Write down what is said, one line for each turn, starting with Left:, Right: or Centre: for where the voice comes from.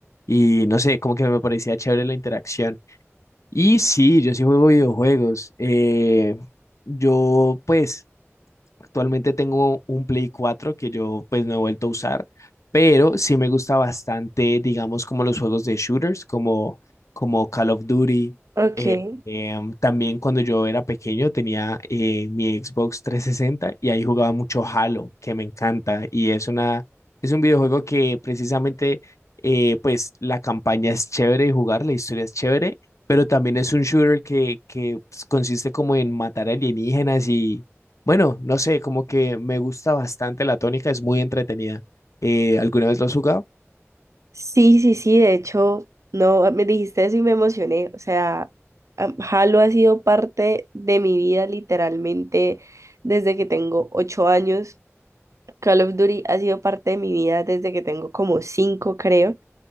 Left: y no sé, como que me parecía chévere la interacción. Y sí, yo sí juego videojuegos. eh, yo, pues, Actualmente tengo un Play 4 que yo pues no he vuelto a usar, pero sí me gusta bastante, digamos, como los juegos de shooters, como, como Call of Duty.
Right: Ok.
Left: Eh, em, también cuando yo era pequeño tenía eh, mi Xbox trescientos sesenta y ahí jugaba mucho Halo, que me encanta. Y es una, es un videojuego que precisamente, eh, pues la campaña es chévere de jugar, la historia es chévere, pero también es un shooter que, que pues, consiste como en matar alienígenas y bueno, no sé, como que me gusta bastante la tónica, es muy entretenida. Eh, ¿alguna vez lo has jugado?
Right: Sí, sí, sí, de hecho, no, me dijiste eso y me emocioné. O sea, am- Halo ha sido parte de mi vida literalmente desde que tengo ocho años. Call of Duty ha sido parte de mi vida desde que tengo como cinco, creo,